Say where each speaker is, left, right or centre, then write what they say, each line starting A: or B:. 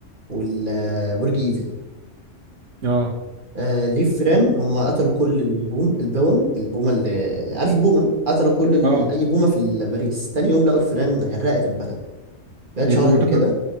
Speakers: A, on the right (about 40°); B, on the right (about 75°).
A: والبرج ايفل
B: اه
A: آه ليه فيران هم قتلوا كل البوم البوم البومة اللي عارف البومة قتلوا كل ال...
B: اه
A: أي بومة في ال- باريس تاني يوم لقوا الفيران غرقت البلد هي اتشهرت
B: البومه
A: بكده
B: تاكل